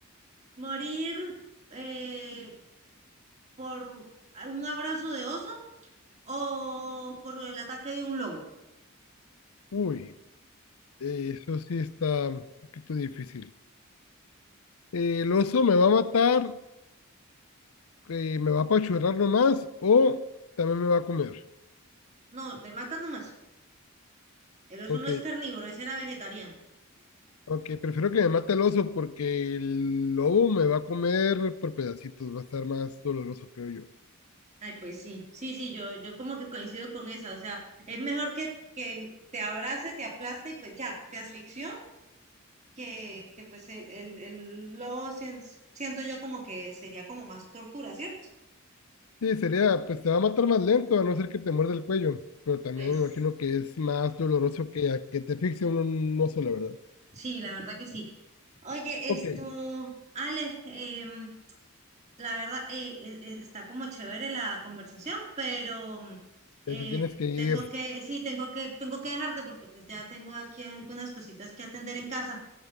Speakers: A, on the right; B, on the left.
A: ¿morir eh, por un abrazo de oso o por el ataque de un lobo.
B: Uy, eh, eso sí está un poquito difícil. Eh, ¿el oso me va a matar, eh, me va a apachurrar nomás o también me va a comer?
A: No, te matan nomás. El oso
B: Ok,
A: no es carnívoro, ese era vegetariano.
B: ok, prefiero que me mate el oso porque el lobo me va a comer por pedacitos, va a estar más doloroso, creo yo.
A: Ay, pues sí, sí, sí, yo, yo como que coincido con esa. O sea, es mejor que, que te abrace, te aplaste y pues ya, te asfixió, que, que pues el, el, el lobo sien- siento yo como que sería como más tortura, ¿cierto?
B: Sí, sería, pues te va a matar más lento, a no ser que te muerda el cuello, pero también
A: Pues
B: me imagino que es más doloroso que a que te asfixie un, un oso, la verdad.
A: sí, la verdad que sí. Oye, esto,
B: Ok,
A: Ale, em, la verdad, eh, es- es- está como chévere la conversación, pero mm, eh,
B: ya te tienes que ir.
A: tengo que, sí, tengo que, tengo que dejarte porque pues ya tengo aquí algunas cositas que atender en casa.